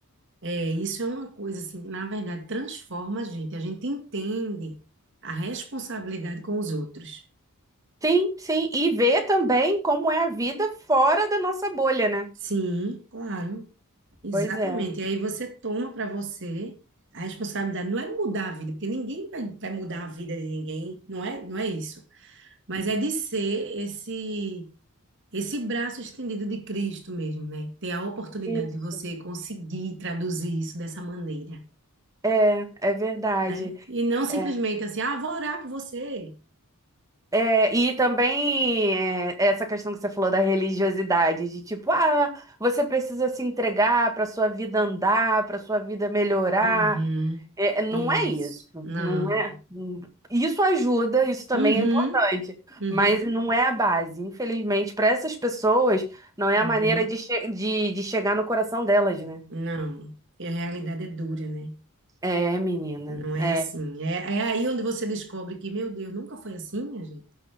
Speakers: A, on the right; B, on the right.
A: É, isso é uma coisa assim, na verdade, transforma a gente. A gente entende a responsabilidade com os outros.
B: Sim, sim, e ver também como é a vida fora da nossa bolha, né?
A: Sim, claro, exatamente.
B: Pois é.
A: E aí você toma para você a responsabilidade, não é de mudar a vida, porque ninguém vai, vai mudar a vida de ninguém, não é, não é isso. Mas é de ser esse Esse braço estendido de Cristo mesmo, né? Ter a oportunidade
B: Isso.
A: de você conseguir traduzir isso dessa maneira,
B: É, é verdade.
A: né? E não simplesmente
B: É.
A: assim, ah, vou orar por você.
B: É, e também é, essa questão que você falou da religiosidade, de tipo, ah, você precisa se entregar para sua vida andar, para sua vida melhorar.
A: Uhum,
B: É, é, não
A: isso.
B: é isso,
A: Não.
B: não é. hum, Isso ajuda, isso também
A: Uhum,
B: é importante,
A: uhum,
B: mas não é a base. Infelizmente, para essas pessoas, não é a
A: uhum.
B: maneira de, che- de, de chegar no coração delas, né?
A: Não. E a realidade é dura, né?
B: É, menina,
A: Não é
B: é,
A: assim. É, é aí onde você descobre que, meu Deus, nunca foi assim, minha gente.